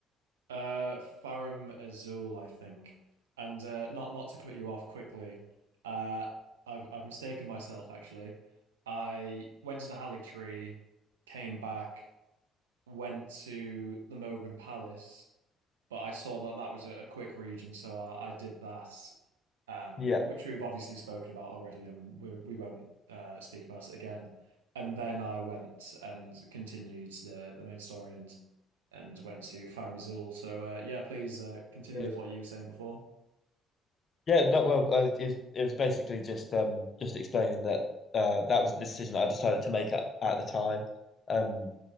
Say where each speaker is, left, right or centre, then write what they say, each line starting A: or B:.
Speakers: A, on the right; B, on the left.
A: Uh, Farum Azul, I think. And uh, not not to cut you off quickly, uh, I've I've mistaken myself actually. I went to the Halig Tree, came back, went to the Mogrim Palace, but I saw that that was a, a quick read, and so I, I did that, um,
B: Yeah.
A: which we've obviously spoken about already, and we we won't uh, speak about it again. And then I went and continued the the main story and and went to Farum Azula. So uh, yeah, please uh, continue
B: It-
A: with what you were saying before.
B: Yeah, no, well, uh, it was, it was basically just um just explaining that uh that was the decision that I decided to make at, at the time. Um